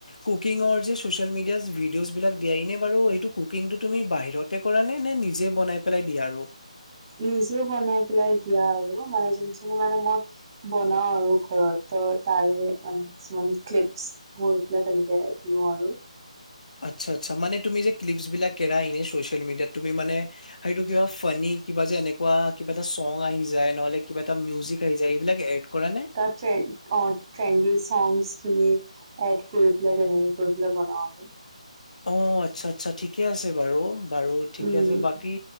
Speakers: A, on the left; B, on the right.
A: কুকিংৰ যে ছ'চিয়েল মিডিয়াত ভিডিঅ'জ বিলাক দিয়া এনে বাৰু এইটো কুকিংটো তুমি বাহিৰতে কৰা নে নে নিজে বনাই পেলাই দিয়া আৰু
B: নিজে বনাই পেলাই দিয়া আৰু মানে যোনখিনি মানে মই বনাও আৰু ঘৰত ত তাৰে মানে কিছুমান ক্লিপছ গৈ পেলাই তেনেকে দিওঁ আৰু।
A: আচ্ছা আচ্ছা মানে তুমি যে ক্লিপছ বিলাক এৰা ইনে ছ'চিয়েল মিডিয়াত তুমি মানে সেইটো টো কিবা ফানি কিবা যে এনেকুৱা কিবা এটা চং আহি যায় নহ'লে কিবা এটা মিউজিক আহি যায় এইবিলাক এড কৰা নে?
B: ট্ৰেণ্ড অ ট্ৰেণ্ডি চংছ <unintelligible> এড কৰি পেলাই তেনেকে কৰি পেলাই বনাও আমি।
A: অ আচ্ছা আচ্ছা ঠিকে আছে বাৰু বাৰু ঠিকে
B: উম
A: আছে বাকী